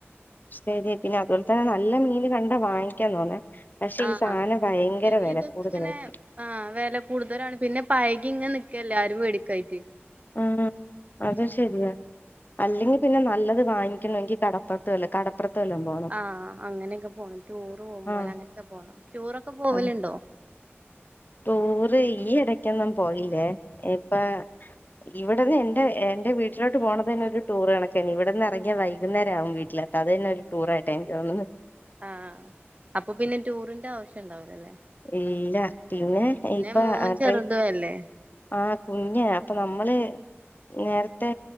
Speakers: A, on the left (about 45°); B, on the right (about 30°).
A: ശരി പിന്നെ അതുപോലെ തന്നെ നല്ല മീൻ കണ്ടാ വാങ്ങിക്കാന്ന് തോന്നെ പക്ഷെ
B: ആഹ്
A: ഈ സാധനം ഭയങ്കര
B: ഇ
A: വില
B: ഇതൊക്കെ
A: കൂടുതലായിട്ടും
B: ഇങ്ങനെ ആഹ് വില കൂടുതലാണ് പിന്നെ പൈകി ഇങ്ങനെ നിക്കല്ലേ ആരും പേടിക്കായിട്ട്
A: ഉ അത് ശരിയായ അല്ലെങ്കിൽ പിന്നെ നല്ലത് വാക്കണമെങ്കിൽ കടപ്പുറത്ത് വല്ല കടപ്പുറത്ത് വല്ല പോ
B: ആഹ് അങ്ങനെയൊക്കെ പോകണം ടൂറ് പോകുമ
A: ആഹ്
B: പോലെ അങ്ങനെയൊക്കെ പോകണം ടൂറൊക്കെ പോവലുണ്ടോ
A: അതെ ടൂറ് ഈ ഇടക്കൊന്നും പോയില്ലേ ഇപ്പൊ ഇവിടന്ന് എന്റെ എന്റെറെ വീട്ടിലോട്ട് പോണ തന്നെ ഒരു ടൂറ് കണക്കൻ ഇവിടെ നിന്ന് ഇറങ്ങിയാ വൈകുന്നേരം ആവും വീട്ടിൽ അത് തന്നെ ഒരു ടൂർായിട്ട് എനിക്ക് തോന്നന്ന്
B: ആ അപ്പൊ പിന്നെ ടൂറിന്റെ ആവശ്യം ഉണ്ടാവില്ല അല്ലേ
A: ഇല്ല പിന്നെ ഇപ്പ
B: മോൻ
A: അട്ടറെ
B: ചെറുതു അല്ലേ
A: ആ കുഞ്ഞ അപ്പൊ നമ്മള് നേരത്തെ